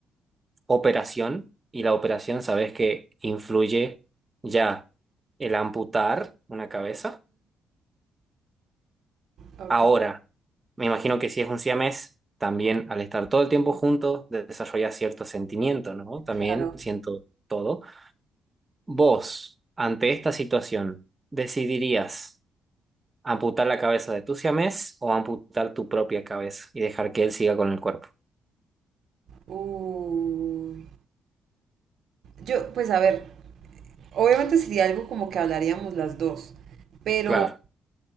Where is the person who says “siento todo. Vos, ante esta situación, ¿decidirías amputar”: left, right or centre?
Right